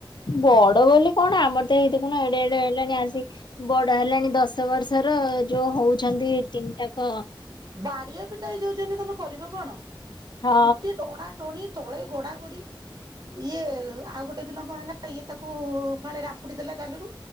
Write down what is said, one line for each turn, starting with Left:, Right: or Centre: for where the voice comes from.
Left: ବଡ ବୋଲି କଣ ଆମର ତ ହେଇଥି କ ଏଡେ ଏଡେ ହେଲାଣି ଆସି ବଡ ହେଲାଣି ଦଶ ବର୍ଷର ଯୋଉ ହଉଚନ୍ତି ତିନିଟାକ
Right: ବାଡିଆ ପିଟା ହେଇଯାଉଛନ୍ତି ତମେ କରିବ କଣ।
Left: ହଁ
Right: ଚୁଟି ଟୋଣା ଟୋଣି ତଥଳେ ଘୋଡ଼ା ଘୋଡି ଇଏ ଆଉ ଗୋଟେ ଗୋଟେ ଦିନ କଣ ହେଲା ଇଏ ତାକୁ ଫାଳେ ରାମ୍ପୁଡି ଦେଲା ଗାଲରୁ